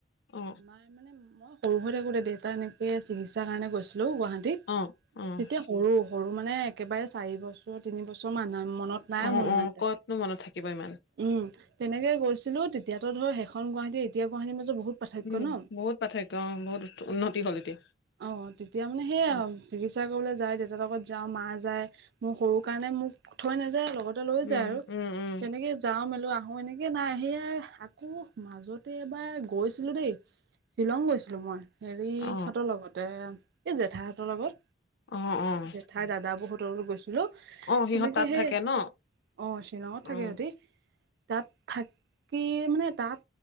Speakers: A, on the left; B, on the right.
A: অ।
B: ময়ে মানে মই সৰু হৈ থাকোঁতে দেউতা এনেকে চিকিৎসাৰ কাৰণে গৈছিলো গুৱাহাটীত।
A: অ', অ',
B: তেতিয়া সৰু সৰু মানে একেবাৰে চাৰি বছৰ তিন বছৰ মান মনত নাই
A: অ',
B: মোৰ ইমান
A: অ',
B: এটা,
A: ক'তনো মনত থাকিব ইমান।
B: উম তেনেকে গৈছিলো এতিয়াতো ধৰ সেইখন গুৱাহাটী এতিয়া গুৱাহাটীৰ মাজ বহুত পাৰ্থক্য
A: উম,
B: ন,
A: বহুত পাৰ্থক্য অ', বহুত উন্নতি হ'ল এতিয়া।
B: অ তেতিয়া মানে সেইয়া
A: উম,
B: চিকিৎসা কৰিবলৈ যায় দেউতাৰ লগত যাওঁ, মা যায় মোৰ সৰু কাৰণে মোক থৈ নাযায় লগত লৈ
A: উম,
B: যায় আৰু।
A: উম, উম,
B: তেনেকে যাওঁ মেলো আহো, এনেকে নাই সেয়া আকৌ মাজতে এবাৰ গৈছিলো দেই। শ্বিলং গৈছিলোঁ মই। হেৰিহঁতৰ
A: অ',
B: লগতে এ এই জেঠাইহঁতৰ লগত
A: অ', অ',
B: জেঠাই, দাদা বহুত ৰ গৈছিলো।
A: অ', সিহঁত
B: তেনেকে
A: তাত
B: সে,
A: থাকে ন?
B: অ শিলঙত
A: অ',
B: থাকে ইহঁতি। তাত থাকি মানে তাত